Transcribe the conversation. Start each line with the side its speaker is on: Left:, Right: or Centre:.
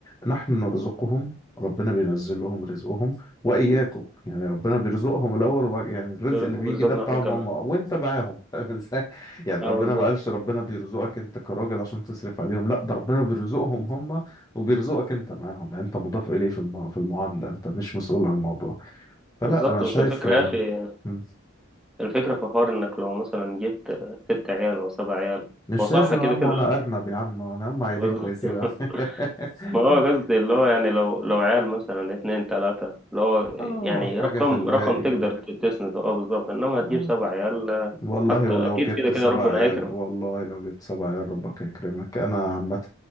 Left: نحن نرزقهم ربنا بينزل لهم رزقهم وإياكم يعني ربنا بيرزقهم الأول وبعد يعني الرزق
Centre: وبيرزقنا
Left: اللي بيجي ده بتاعهم
Centre: احنا كمان
Left: هم وأنت معاهم <laughs> فاهم إزاي؟ يعني
Centre: اه
Left: ربنا
Centre: بالظبط
Left: ما قالش ربنا بيرزقك أنت كراجل عشان تصرف عليهم لا ده ربنا بيرزقهم هم وبيرزقك أنت معاهم يعني أنت مضاف إليه في الم- في المعادلة أنت مش مسؤول عن الموضوع فلا
Centre: بالظبط
Left: أنا شايف
Centre: بس الفكرة
Left: آه،
Centre: يا اخي
Left: مم.
Centre: الفكرة في حوار انك لو مثلا جبت ست عيال او سبع عيال
Left: مش
Centre: هو صح
Left: لازم
Centre: كده
Left: يا عم
Centre: كده
Left: أنا أرنب يا عم أنا هم عيلين
Centre: بالظبط
Left: كويسين
Centre: <laughs>
Left: أوي. <laughs>
Centre: ما هو قصدي اللي هو يعني لو لو عيال مثلا اتنين تلاتة اللي هو
Left: آه
Centre: يعني
Left: حاجة
Centre: رقم
Left: في الهادي
Centre: رقم تقدر
Left: كده
Centre: تسنده اه بالظبط انما هتجيب
Left: آه.
Centre: سبع عيال
Left: والله
Centre: حتى
Left: ولو
Centre: اكيد
Left: جبت
Centre: كده كده
Left: سبع
Centre: ربنا
Left: عيال
Centre: هيكرم
Left: والله لو جبت سبع عيال ربك يكرمك انا عامة